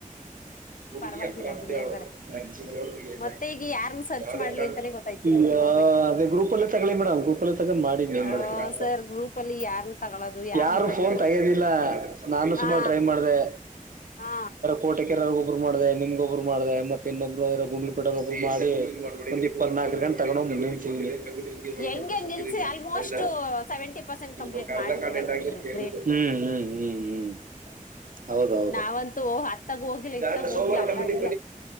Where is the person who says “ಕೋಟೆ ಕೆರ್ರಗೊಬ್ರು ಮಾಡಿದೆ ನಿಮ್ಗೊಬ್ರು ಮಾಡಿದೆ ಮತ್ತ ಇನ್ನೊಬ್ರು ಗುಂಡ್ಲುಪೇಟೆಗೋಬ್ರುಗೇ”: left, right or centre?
Right